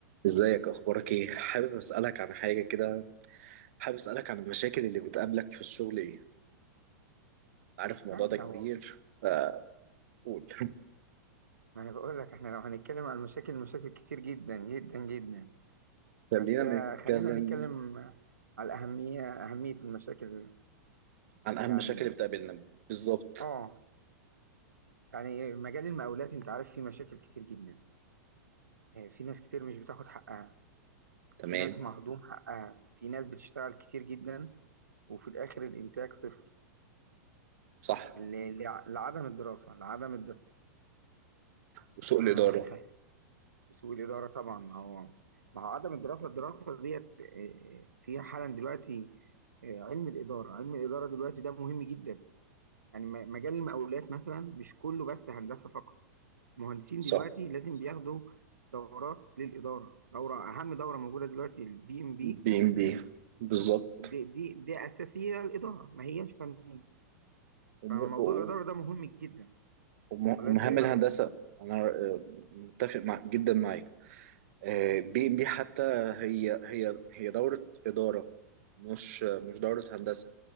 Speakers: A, on the right (about 55°); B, on the right (about 75°).
A: ازيك اخبارك ايه حابب اسالك عن حاجه كده حابب اسالك عن المشاكل اللي بتقابلك في الشغل ايه عارف الموضوع
B: لا
A: ده
B: لو
A: كبير فقول <laughs>
B: ما انا بقول لك احنا لو هنتكلم عن المشاكل مشاكل كتير جدا جدا جدا
A: خلينا
B: بس آه،
A: نتكلم
B: خلينا نتكلم على الأهمية أهمية المشاكل
A: عن اهم
B: يعني
A: المشاكل اللي بتقابلنا بالظبط
B: اه يعني مجال المقاولات انت عارف فيه مشاكل كتير جدا آه، في ناس كتير مش بتاخد حقها
A: تمام
B: في ناس مهضوم حقها في ناس بتشتغل كتير جدا وفي الآخر الإنتاج صفر
A: صح
B: ل- لع- لعدم الدراسة لعدم
A: وسوء
B: الدراسة
A: الاداره
B: سوء الإدارة طبعا ما هو ما هو عدم الدراسة الدراسة ديت آه، في حالا دلوقتي آه، علم الإدارة علم الإدارة دلوقتي ده مهم جدا يعني م- مجال المقاولات مثلا مش كله بس هندسة فقط مهندسين
A: صح
B: دلوقتي لازم بياخدوا دورات للإدارة دورة أهم دورة موجودة دلوقتي البي إم بي
A: بي ام بي بالظبط
B: دي دي دي أساسية للإدارة ما هياش فنية
A: وم-
B: فموضوع
A: و-
B: الإدارة ده مهم جدا
A: وم-
B: ولا
A: ومهام
B: أنت إيه
A: الهندسه
B: رأيك؟
A: انا آه، متفق مع جدا معاك بي ام بي حتى هي هي هي دوره اداره مش مش دوره هندسه